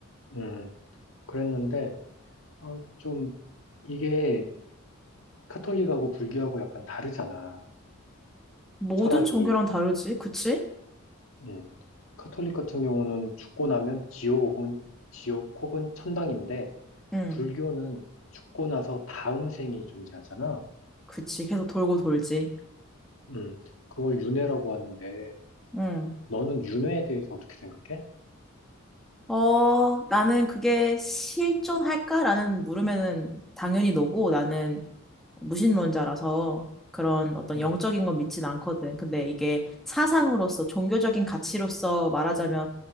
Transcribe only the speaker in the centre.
모든
종교랑 다르지, 그치?
응,
그치. 계속 돌고 돌지.
응.
어, 나는 그게 실존할까라는 물음에는 당연히 너고 나는 무신론자라서 그런 어떤
영적인 건 믿진 않거든. 근데 이게 사상으로서 종교적인 가치로서 말하자면